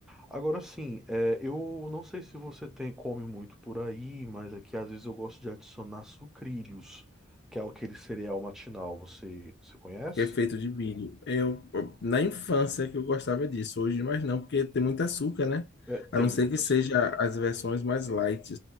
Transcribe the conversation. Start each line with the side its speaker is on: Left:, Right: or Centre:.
Centre: Agora sim, é, eu não sei se você tem, come muito por aí, mas aqui às vezes eu gosto de adicionar sucrilhos, que é aquele cereal matinal. Você, você conhece?
Left: que é feito de milho. Eu,
Centre: Sim.
Left: na infância que eu gostava disso, hoje mais não, porque tem muito açúcar, né?
Centre: É, tem
Left: A não ser
Centre: muito
Left: que seja
Centre: açúcar.
Left: as versões mais light,